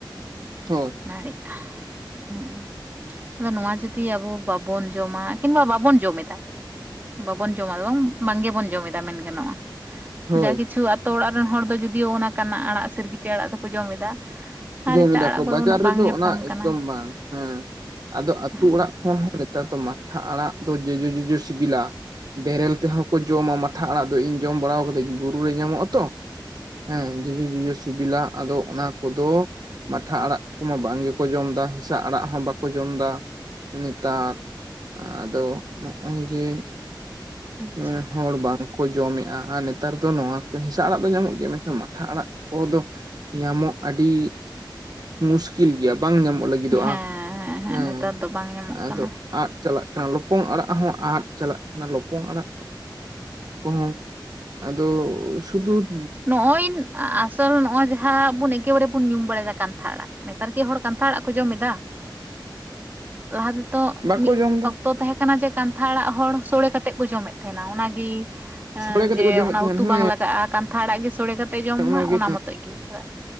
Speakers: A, on the right; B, on the right.
A: ᱦᱳ
B: ᱱᱟᱲᱤᱜ-ᱟ ᱦᱮᱸ ᱟᱫᱚ ᱱᱚᱣᱟ ᱡᱩᱫᱤ ᱟᱵᱚ ᱵᱟᱵᱚᱱ ᱡᱚᱢᱟ ᱠᱤᱝᱵᱟ ᱵᱟᱵᱚᱱ ᱡᱚᱢᱮᱫᱟ ᱵᱟᱵᱚᱱ ᱡᱚᱢᱟ ᱫᱚ ᱵᱟᱝ ᱵᱟᱝ ᱜᱮᱵᱚᱱ ᱡᱚᱢ ᱮᱫᱟ ᱢᱮᱱ ᱜᱟᱱᱚᱜᱼᱟ
A: ᱦᱳᱭ
B: ᱡᱟ ᱠᱤᱪᱷᱩ ᱟᱛᱳ ᱚᱲᱟᱜ ᱨᱮᱱ ᱦᱚᱲ ᱫᱚ ᱡᱩᱫᱤᱭᱳ ᱚᱱᱟ ᱠᱟᱱᱟ ᱟᱲᱟᱜ ᱥᱤᱨᱜᱤᱴᱤ ᱟᱲᱟᱜ ᱫᱚᱠᱚ ᱡᱚᱢ ᱮᱫᱟ ᱟᱨ
A: ᱡᱚᱢ
B: ᱮᱴᱟᱜ
A: ᱮᱫᱟ
B: ᱟᱲᱟᱜ
A: ᱠᱚ
B: ᱠᱚᱫᱚ
A: ᱵᱟᱡᱟᱨ
B: ᱩᱱᱟᱹᱜ ᱵᱟᱝ
A: ᱨᱮᱫᱚ
B: ᱧᱟᱯᱟᱢ
A: ᱚᱱᱟ
B: ᱠᱟᱱᱟ
A: ᱮᱠᱫᱚᱢ ᱵᱟᱝ ᱦᱮᱸ ᱟᱫᱚ ᱟᱹᱛᱩ
B: ᱦᱩᱸ
A: ᱚᱲᱟᱜ ᱦᱮᱸ ᱱᱮᱛᱟᱨ ᱫᱚ ᱢᱟᱴᱷᱟ ᱟᱲᱟᱜ ᱫᱚ ᱡᱚᱡᱚ ᱡᱚᱡᱚ ᱥᱤᱵᱤᱞᱟ ᱵᱮᱨᱮᱞ ᱛᱮᱦᱚᱸ ᱠᱚ ᱡᱚᱢᱟ ᱢᱟᱴᱷᱟ ᱟᱲᱟᱜ ᱫᱚ ᱤᱧ ᱡᱚᱢ ᱵᱟᱲᱟᱣ ᱠᱟᱫᱤᱧ ᱵᱩᱨᱩ ᱨᱮ ᱧᱟᱢᱚᱜ-ᱟ ᱛᱚ ᱦᱮᱸ ᱡᱚᱡᱟ ᱡᱚᱡᱚ ᱥᱤᱵᱤᱞᱟ ᱟᱫᱚ ᱚᱱᱟ ᱠᱚᱫᱚ ᱢᱟᱴᱷᱟ ᱟᱲᱟᱜ ᱠᱚᱢᱟ ᱵᱟᱝ ᱜᱮᱠᱚ ᱡᱚᱢᱫᱟ ᱦᱮᱸᱥᱟᱜ ᱟᱲᱟᱜ ᱦᱚᱸ ᱵᱟᱠᱚ ᱡᱚᱢ ᱮᱫᱟ ᱱᱮᱛᱟᱨ ᱟᱫᱚ ᱱᱚᱜᱼᱚᱭ ᱡᱮ
B: ᱟᱪᱪᱷᱟ
A: ᱮᱸ ᱦᱚᱲ ᱵᱟᱝ ᱠᱚ ᱡᱚᱢᱮᱫᱼᱟ ᱟᱨ ᱱᱮᱛᱟᱨ ᱫᱚ ᱱᱚᱣᱟ ᱠᱚ ᱦᱮᱸᱥᱟᱜ ᱟᱲᱟᱜ ᱫᱚ ᱧᱟᱢᱚᱜ ᱜᱮᱭᱟ ᱢᱮᱱᱠᱷᱟᱱ ᱢᱟᱴᱷᱟ ᱟᱲᱟᱜ ᱠᱚᱫᱚ ᱧᱟᱢᱚᱜ ᱟᱹᱰᱤ ᱢᱩᱥᱠᱤᱞ ᱜᱮᱭᱟ ᱵᱟᱝ ᱧᱟᱢᱚᱜ ᱞᱟᱹᱜᱤᱫᱚᱜᱼᱟ
B: ᱦᱮᱸ
A: ᱦᱮᱸ
B: ᱱᱮᱛᱟᱨ ᱫᱚ ᱵᱟᱝ ᱧᱟᱢᱚᱜ
A: ᱟᱫᱚ
B: ᱠᱟᱱᱟ
A: ᱟᱫ ᱪᱟᱞᱟᱜ ᱠᱟᱱᱟ ᱞᱚᱯᱚᱝ ᱟᱲᱟᱜ ᱦᱚᱸ ᱟᱫ ᱪᱟᱞᱟᱜ ᱠᱟᱱᱟ ᱞᱚᱯᱚᱝ ᱟᱲᱟᱜ ᱠᱚᱦᱚᱸ ᱟᱫᱚ ᱥᱩᱫᱩ
B: ᱱᱚᱜᱼᱚᱭᱱ ᱟᱥᱚᱞ ᱱᱚᱜᱼᱚᱭ ᱡᱮ ᱡᱟᱦᱟᱸ ᱟᱵᱚ ᱵᱚᱱ ᱮᱠᱮᱵᱚᱨᱮ ᱵᱚᱱ ᱧᱩᱢ ᱵᱟᱲᱟᱭᱟ ᱠᱟᱱᱛᱷᱟ ᱟᱲᱟᱜ᱾ ᱱᱮᱛᱟᱨ ᱠᱤ ᱦᱚᱲ ᱠᱟᱱᱛᱷᱟ ᱟᱲᱟᱜ ᱠᱚ ᱡᱚᱢ ᱮᱫᱟ? ᱞᱟᱦᱟ ᱛᱮᱫᱚ
A: ᱵᱟᱠᱚ
B: ᱢᱤᱫ
A: ᱡᱚᱢ ᱮᱫᱟ
B: ᱚᱠᱛᱚ ᱛᱚ ᱛᱟᱦᱮᱸ ᱠᱟᱱᱟ ᱡᱮ ᱠᱟᱱᱛᱷᱟ ᱟᱲᱟᱜ ᱦᱚᱲ ᱥᱚᱲᱮ ᱠᱟᱛᱮᱜ ᱠᱚ ᱡᱚᱢᱮᱫ ᱛᱟᱦᱮᱱᱟ ᱚᱱᱟᱜᱮ ᱦᱮ
A: ᱥᱳᱲᱮ ᱠᱟᱛᱮᱫ
B: ᱡᱮ
A: ᱠᱚ ᱡᱚᱢᱮᱫ
B: ᱚᱱᱟ
A: ᱛᱟᱦᱮᱸᱱ
B: ᱩᱛᱩ
A: ᱦᱮᱸ
B: ᱵᱟᱝ ᱞᱟᱜᱟᱜᱼᱟ ᱠᱟᱱᱛᱷᱟ ᱟᱲᱟᱜ ᱜᱮ ᱥᱚᱲᱮ ᱠᱟᱛᱮ ᱡᱚᱢ
A: ᱚᱱᱟᱜᱮ
B: ᱢᱟ ᱚᱱᱟ ᱢᱚᱛᱚᱡ ᱜᱮ